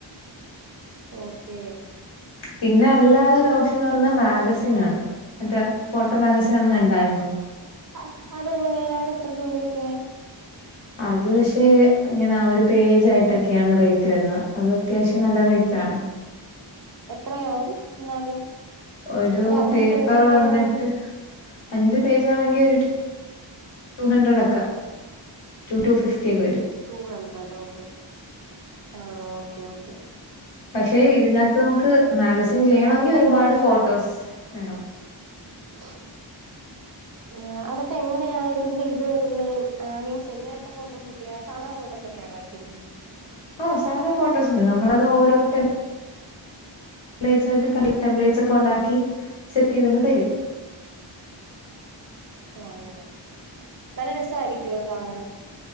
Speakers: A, on the right (about 45°); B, on the left (about 75°).
A: ഓക്കേ
B: പിന്നെ അല്ലാതൊരോപ്ഷൻന്ന് പറഞ്ഞാ മാഗസിനാണ് മറ്റേ ഫോട്ടോ മാഗസിൻ അന്ന് കണ്ടായിരുന്നോ
A: ആഹ് അതെങ്ങനെ അതെത്ര രൂപയൊക്കെ
B: അത് പക്ഷെ ഇങ്ങനെ ഒരു പേജായിട്ടൊക്കെയാണ് റേറ്റ് വരുന്നത് അത് അത്യാവശ്യം നല്ല റേറ്റാണ്
A: എത്രയാവും എന്നാലും
B: ഒരു
A: അഞ്ച്
B: പേപ്പർ
A: പേജൊക്കെ
B: വന്നിട്ട്
A: ആണെങ്കിൽ
B: അഞ്ച് പേജാണെങ്കി ഒരു ടു ഹൺഡ്രഡൊക്കെ ടു ടു ഫിഫ്റ്റിയൊക്കെ വരും
A: ടു ഹൺഡ്രഡ് ഓക്കേ ആ ഓക്കേ ഓക്കേ
B: പക്ഷെ ഇതിനകത്ത് നമുക്ക് മാഗസീൻ ചെയ്യണെങ്കി
A: അതപ്പ
B: ഒരുപാട്
A: എങ്ങനെ
B: ഫോട്ടോസ് വേണം
A: <inaudible> ആഹ് അതപ്പൊ എങ്ങനെയാ ഇതിന്റെ ഇത് വരുന്നെ മീൻസ് എങ്ങനത്തെ ഫോട്ടോസ് ഒക്കെയാ സാധാ ഫോട്ടോസോ ക്കെയാണോ വെയ്ക്കുന്നേ
B: ഓ സാധാ ഫോട്ടോസ് നമ്മളത് ഓരോ ടെ ലേ ചാട്ട് കം ടെപ്ലേറ്റ്സ് ഒക്കെ ഉണ്ടാക്കി സെറ്റ് ചെയ്തങ്ങ് തരും
A: ഓ അങ്ങനെ നല്ല രസായിരിക്കുവോ അത് കാണാൻ